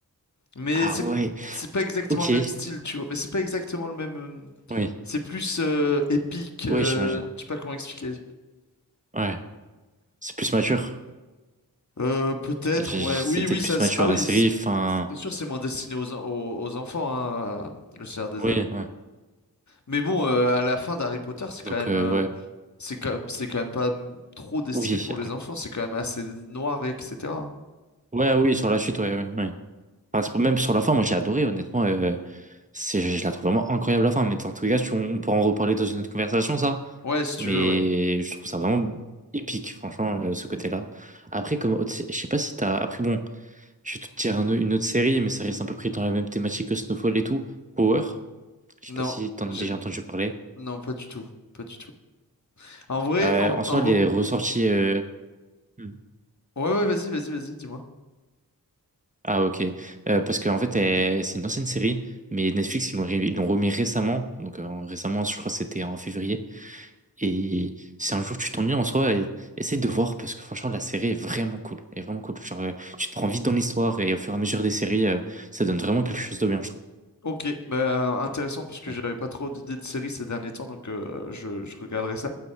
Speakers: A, on the left (about 50°); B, on the right (about 20°).
A: Mais
B: Ah
A: c'est
B: ouais.
A: c'est pas exactement
B: Ok.
A: le même style, tu vois. Mais c'est pas exactement le même. euh,
B: Oui.
A: C'est plus euh, épique. euh,
B: Oui, j'imagine.
A: je sais pas comment expliquer.
B: Ouais. C'est plus mature.
A: Euh, peut-être.
B: J'ai-
A: Ouais.
B: j'ai-
A: Oui,
B: C'est peut-être
A: oui. Ça.
B: plus mature
A: c'est- Ah
B: la
A: oui.
B: série.
A: C'est
B: Enfin,
A: c'est sûr, c'est moins destiné aux, en- aux, aux enfants. hein, euh, le Seigneur des
B: oui.
A: Anneaux.
B: ouais.
A: Mais bon, euh, à la fin d'Harry Potter, c'est quand
B: Donc
A: même.
B: euh,
A: euh,
B: ouais.
A: c'est quand même. C'est quand même pas mm, trop destiné
B: Oui.
A: pour les enfants. C'est quand même assez noir, et etc.
B: Ouais, Ouais, oui, sur la suite, ouais, ouais, ouais. Enfin, c'est- même sur la fin, moi j'ai adoré, honnêtement. euh, C'est, je la trouve vraiment incroyable la fin, mais en tous les cas, tu- on pourra en reparler dans une autre conversation, ça.
A: Ouais, si tu
B: Mais
A: veux. Ouais.
B: je trouve ça vraiment épique, franchement, euh, ce côté-là. Après, comme autre sé- je sais pas si t'as. Après, bon, je vais te dire un au- une autre série, mais ça reste à peu près dans la même thématique que Snowfall et tout. Power. Je
A: Non.
B: sais pas si t'en
A: j'ai-
B: as déjà entendu parler.
A: Non, pas du tout. Pas du tout. En vrai,
B: Euh,
A: en,
B: en soi,
A: en-
B: les ressorties. euh, hmm.
A: Ouais, ouais, vas-y, vas-y, vas-y, dis-moi.
B: Ah, ok. Euh, parce qu'en fait, elle- c'est une ancienne série, mais Netflix, ils l'ont ré- ils l'ont remis récemment. Donc, euh, récemment, je crois que c'était en février. Et si un jour tu t'ennuies en soi, e- essaie de voir parce que franchement, la série est vraiment cool. Elle est vraiment cool. Genre, euh, tu te prends vite dans l'histoire et au fur et à mesure des séries, euh, ça donne vraiment quelque chose de bien, je trouve.
A: Ok, bah, intéressant parce que
B: Ouais.
A: j'avais pas trop d'idées de séries ces derniers temps, donc euh, je, je regarderai ça.